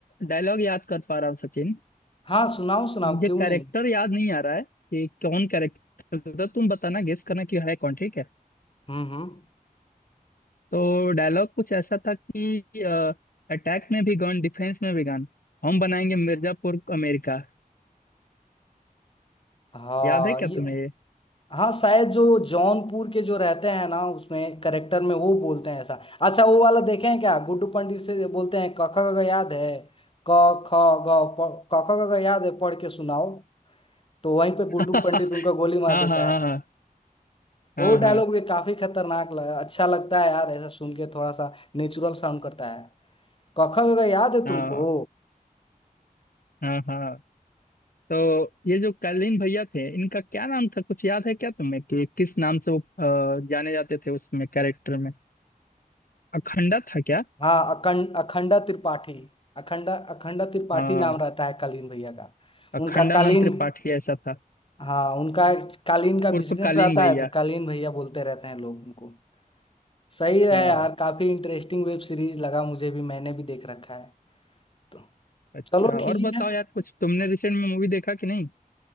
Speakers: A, on the left; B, on the left.
A: डायलॉग याद कर पा रहा हूँ सचिन
B: हाँ सुनाओ सुनाओ
A: मुझे
B: क्यों
A: कैरेक्टर
B: नहीं
A: याद नहीं आ रहा है कि कौन कैरेक्टर था तुम बताना गेस करना कि है कौन ठीक है
B: हम्म हम्म
A: तो डायलॉग कुछ ऐसा था कि अटैक में भी गन डिफेंस में भी गन हम बनाएंगे मिर्जापुर को अमेरिका
B: हाँ
A: याद है क्या
B: ये
A: तुम्हें ये
B: हाँ शायद जो जौनपुर के जो रहते हैं ना उसमें करेक्टर में वो बोलते हैं ऐसा अच्छा वो वाला देखे हैं क्या गुड्डू पंडित से बोलते हैं क ख ग घ याद है क ख ग प- क ख ग घ याद है पढ़ के सुनाओ तो वहीं पे गुड्डू
A: <laughs>
B: पंडित उनका गोली मार
A: हाँ
B: देता
A: हाँ
B: है
A: हाँ हाँ
B: वो
A: हाँ हाँ
B: डायलॉग भी काफी खतरनाक लगा अच्छा लगता है यार ऐसा सुन के थोड़ा सा नेचुरल साउंड करता है क ख ग घ याद है
A: हाँ
B: तुमको
A: हाँ हाँ तो ये जो कालीन भैया थे इनका क्या नाम था कुछ याद है क्या तुम्हें कि किस नाम से वो अ, जाने जाते थे उसमें कैरेक्टर में अखंडा था क्या
B: हाँ अखंड अखंडा त्रिपाठी अखंडा अखंडा त्रिपाठी
A: हाँ
B: नाम रहता है कालीन भैया का
A: अखंडानंद
B: उनका कालीन
A: त्रिपाठी ऐसा था
B: हाँ उनका कालीन का
A: उर्फ
B: बिजनेस
A: कालीन
B: रहता
A: भैया
B: है तो कालीन भैया बोलते रहते हैं लोग उनको सही है
A: हाँ
B: यार काफी इंटरेस्टिंग वेब सीरीज लगा मुझे भी मैंने भी देख रखा है तो
A: अच्छा
B: चलो
A: और
B: ठीक
A: बताओ
B: है फिर।
A: यार कुछ तुमने रिसेंट में मूवी देखा कि नहीं